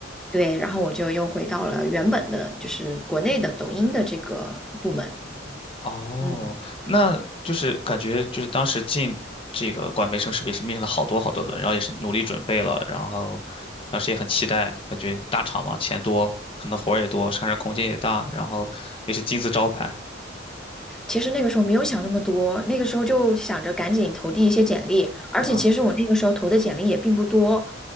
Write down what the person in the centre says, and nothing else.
对，然后我就又回到了原本的，就是国内的抖音的这个部门。
嗯。
其实那个时候没有想那么多，那个时候就想着赶紧投递一些简历，而且其实我那个时候投的简历也并不多，